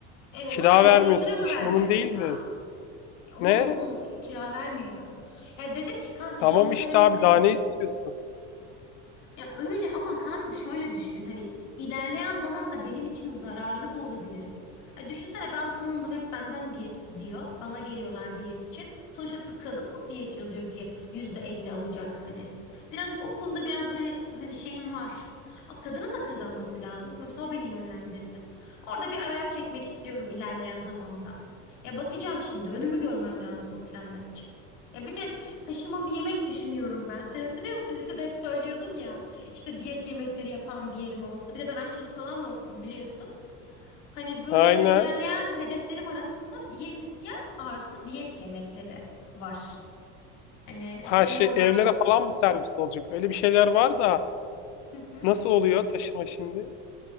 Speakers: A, on the left; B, on the left.
A: Evet
B: Kira
A: ama 50
B: vermiyorsun.
A: bin lira mı
B: İş
A: vereceğim
B: onun değil
A: kira?
B: mi?
A: Ya onun
B: Ne?
A: onun kira vermiyorum. Ya dedim ki kanka
B: Tamam
A: şimdi hani
B: işte
A: mesela
B: abi daha ne istiyorsun?
A: Ya öyle ama kanka şöyle düşün hani ilerleyen zaman da benim için zararlı da olabilir bu. Ya düşünsene ben tanındım hep benden diyet gidiyor. Bana geliyorlar diyet için. Sonuçta t- kadın mı diyet yazıyor ki yüzde elli alacak hani. Birazcık o konuda biraz böyle hani şeyim var. Ama kadının da kazanması lazım. Sonuçta o beni yönlendirdi. Orada bir ayar çekmek istiyorum ilerleyen zamanda. Ya bakacağım şimdi önümü görmem lazım bu planlar için. Ya bir de Taşımalı yemek düşünüyorum ben. <laughs> Hay- Hatırlıyor musun? Lisede hep söylüyordum ya. İşte diyet yemekleri yapan bir yerim olsa. Bir de ben aşçılık falan da okudum biliyorsun. Hani böyle
B: Aynen.
A: ilerleyen hedeflerim arasında diyetisyen artı diyet yemekleri var. Hani
B: Ha
A: senin
B: şey
A: de oradan
B: evlere falan mı servis olacak? Öyle bir şeyler var da
A: Hı hı.
B: nasıl oluyor taşıma şimdi?